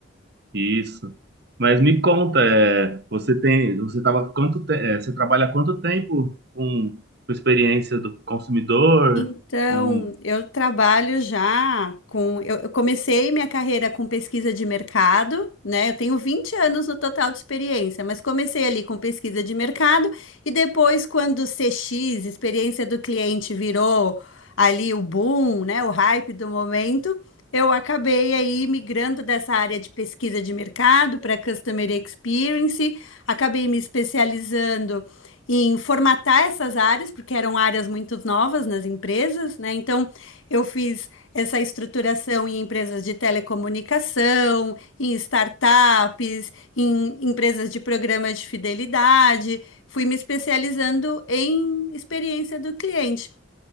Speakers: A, on the right; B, on the left.
A: isso. Mas me conta, é, você tem, você tava quanto te, é, você trabalha há quanto tempo com, com experiência do consumidor?
B: Então,
A: Com
B: eu trabalho já com. Eu, eu comecei minha carreira com pesquisa de mercado, né? Eu tenho 20 anos no total de experiência, mas comecei ali com pesquisa de mercado e depois, quando o CX, experiência do cliente, virou ali o boom, né? O hype do momento, eu acabei aí migrando dessa área de pesquisa de mercado para Customer Experience, acabei me especializando em formatar essas áreas, porque eram áreas muito novas nas empresas, né? Então, eu fiz essa estruturação em empresas de telecomunicação, em startups, em empresas de programas de fidelidade, fui me especializando em experiência do cliente.